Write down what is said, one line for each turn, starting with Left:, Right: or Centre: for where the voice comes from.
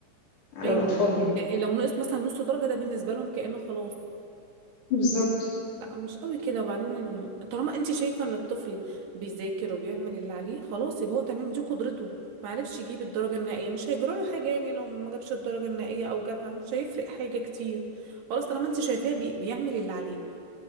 Left: على
Right: ايوه
Left: الاطفال يعني
Right: إيه لو نقص مثلا نص درجه ده بالنسبه لهم كانه خلاص
Left: بالظبط
Right: لا مش قوي كده وبعدين يعني طالما انت شايفه ان الطفل بيذاكر وبيعمل اللي عليه خلاص يبقى هو تمام دي قدرته ما عرفش يجيب الدرجه النهائيه مش هيجرى له حاجه يعني لو ما جابش الدرجه النهائيه او جابها مش هيفرق حاجه كتير خلاص طالما انت شايفاه بي... بيعمل اللي عليه